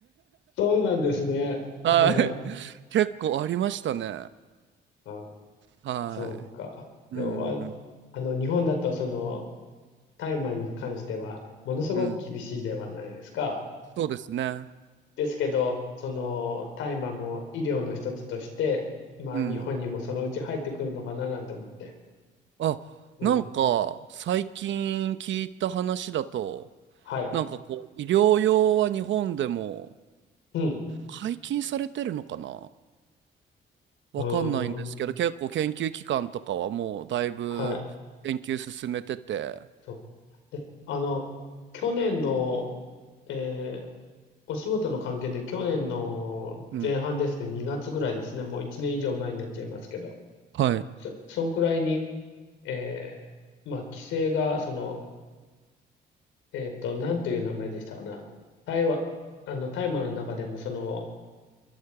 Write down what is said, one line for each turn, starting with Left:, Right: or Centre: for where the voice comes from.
Left: そうなんですね。<laughs>
Right: はい。
Left: うん
Right: <laughs> 結構ありましたね。
Left: あ、
Right: はい。
Left: そうか。でも、
Right: うん、
Left: わ、
Right: うん、
Left: あの、日本だと、その、タイマンに関しては、ものすごく厳しいではないですか。
Right: うん。そうですね。
Left: ですけど、その、大麻も医療の一つとして、まあ、
Right: うん。
Left: 日本にもそのうち入ってくるのかななんて思って。
Right: あ、
Left: うん。
Right: なんか、最近聞いた話だと、
Left: はい。
Right: なんかこう、医療用は日本でも、
Left: うん。
Right: 解禁されてるのかなわかんないんですけど、
Left: うーん。
Right: 結構研究機関とかはもうだいぶ研究進めてて、
Left: はい。そう。で、あの、去年の、えーお仕事の関係で去年の前半ですね、
Right: うん。
Left: 2月ぐらいですね、もう1年以上前になっちゃいますけど、
Right: はい。
Left: そ、そんくらいに、えーまあ、規制が、その、えっと、なんという名前でしたかな。大麻、あの、大麻の中でも、その、